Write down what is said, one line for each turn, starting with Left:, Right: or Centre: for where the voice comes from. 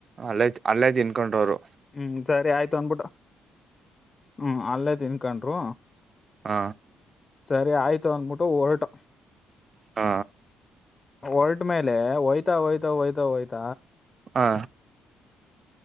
Right: ಅಲ್ಲೇ ಅಲ್ಲೇ್ ತಿನ್ಕೊಂಡ್ರವರು
Left: ಹ್ಮ್ ಸರಿ ಆಯ್ತು ಅಂದಬಿಟ್ಟು ಹ್ಮ ಅಲ್ಲೇ ತಿನ್ಕೊಂಡರು
Right: ಹ
Left: ಸರಿ ಆಯ್ತು ಅಂದಬಿಟ್ಟು ಹೊರಟು
Right: ಹ
Left: ಹೊರಟ ಮೇಲೆಯ ಹೋಯ್ತು ಹೋಯ್ತ ಹೋಯ್ತಾ ಹೋಯ್ತ
Right: ಹಾ